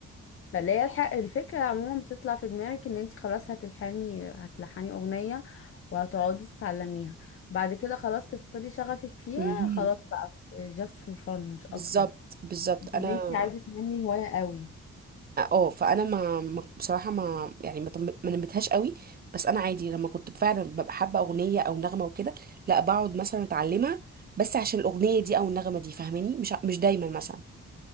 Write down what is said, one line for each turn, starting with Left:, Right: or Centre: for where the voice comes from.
Left: فاللي هي الح- الفكرة عموما بتطلع في دماغك ان انتي خلاص هتلحني هتلحني اغنية وهتقعدي تتعلميها بعد كده خلاص تفقدي شغفك فيها
Right: مهم.
Left: خلاص بقى جاست فور فن مش اكتر
Right: بالظبط بالظبط
Left: مش
Right: انا
Left: ان انتي عايزة تنمي هواية قوي
Right: اه آه، فانا ما ما- بصراحه ما يعني ما طم- ما نمتهاش قوي بس انا عادي لما كنت فعلا ببقى حابه اغنيه او نغمه وكده لا بقعد مثلا اتعلمها بس عشان الاغنيه دي او النغمه دي فاهماني مش ع- مش دايما مثلا